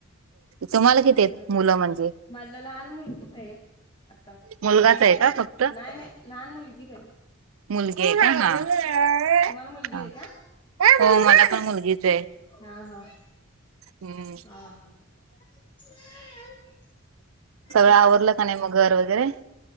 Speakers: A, on the right (about 80°); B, on the left (about 25°).
A: तुम्हाला किती आहेत?
B: ह
A: मुलं म्हणजे.
B: माझला लहान मुलगीच आहे एक आता.
A: मुलगाच
B: पहिलीच आहे?
A: का फक्त
B: नाही नाही लहान मुलगीच हाय.
A: मुलगी आहे का हा
B: तुम्हाला मुलगी आहे
A: हा,
B: का
A: हो मला पण मुलगीच हाय.
B: हा हा
A: हम्म
B: ह हा <unintelligible>
A: सगळं
B: चालेल
A: आवरलं का नाही मग घर वगैरे.